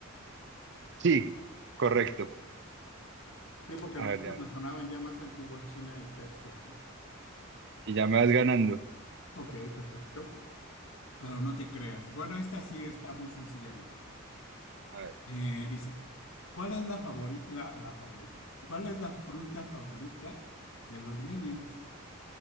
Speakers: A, on the right; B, on the left.
A: Sí, correcto.
B: ¿no? Sí, porque
A: A
B: los
A: ver,
B: otros
A: ya,
B: me sonaban ya más antiguos, China y Persia, ¿no?
A: si ya me vas ganando.
B: Ok, perfecto. Pero no te creas. Bueno, esta sí está muy sencilla, Nico.
A: A ver,
B: Eh, dice, ¿cuál es la favori- la, la favorita? ¿Cuál es la fruta favorita de los Minions?